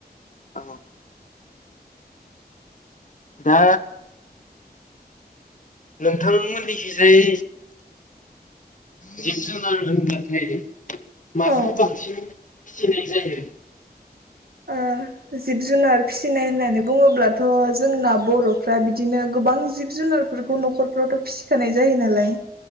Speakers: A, on the left; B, on the right.
A: औ दा नोंथांमोननिखिजाय जिब जुनार होनबाथाय माखौ
B: औ
A: बांसिन फिसिनाय जायो
B: ओ जिब जुनार फिसिनाय होननानै बुङोब्लाथ जोंना बरफ्रा बिदिनो गोबां जिब जुनारफोरखौ नखरफ्रावथ फिसिखानाय जायो नालाय